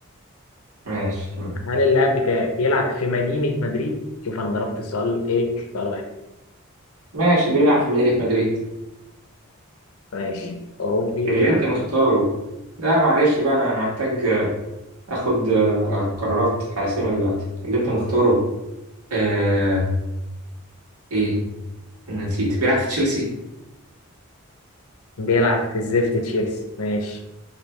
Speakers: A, on the right (about 85°); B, on the left (about 80°).
A: ماشي تمام
B: هل اللاعب بتاعي بيلعب في مدينة مدريد؟ شوف أنا ضربت السؤال إيه؟ سؤال واحد
A: ماشي بيلعب في مدينة مدريد
B: ماشي أوروبي
A: اللي
B: وبيلعب
A: انت مختاره لا معلش بقى انا أنا محتاج اخد آه، قرارات حاسمة دلوقتي اللي انت مختاره آه ايه نسيت بيلعب في تشيلسي
B: بيلعب في الزفت تشيلسي ماشي